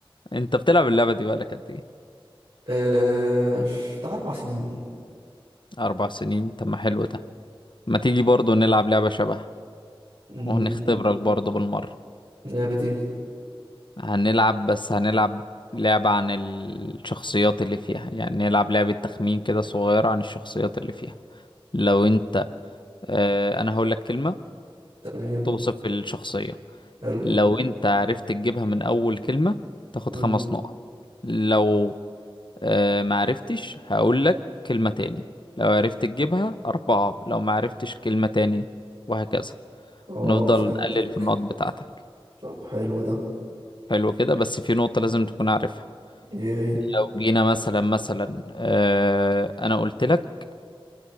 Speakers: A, on the left; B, on the right.
A: انت بتلعب اللعبة دي بقى لك قد ايه
B: آه... بتاع أربع سنين
A: اربع سنين طب ما حلو ده ما تيجي برضو نلعب لعبة شبهها
B: مم،
A: وهنختبرك برضو بالمرة
B: لعبة ايه
A: هنلعب بس هنلعب لعبة عن الشخصيات اللي فيها يعني نلعب لعبة تخمين كده صغيرة عن الشخصيات اللي فيها لو انت اه انا هقول لك كلمة
B: تمام
A: توصف الشخصية
B: حلو
A: لو انت عرفت تجيبها من اول كلمة تاخد
B: مم.
A: خمس نقط لو أه معرفتش هقول لك كلمة تاني لو عرفت تجيبها أربعة لو معرفتش كلمة تاني وهكذا
B: اه
A: نفضل
B: فهمتك
A: نقلل في النقط بتاعتك
B: طب حلو ده
A: حلو كده بس في نقطة لازم تكون عارفها
B: ايه ايه
A: لو جينا مثلا مثلا أه أنا قلت لك